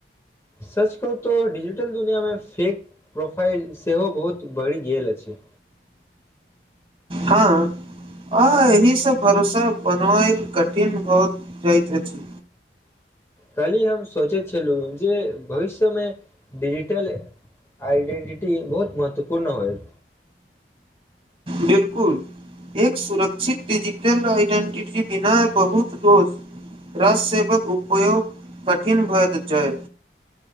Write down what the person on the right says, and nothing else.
हँ हँ एहि सब भरोसा बनबैल कठिन हो जाइत अछि।
बिल्कुल एक सुरक्षित डिजिटल आइडेंटिटी बिना बहुत रोज रास सेबक उपयोग कठिन भएत जाय,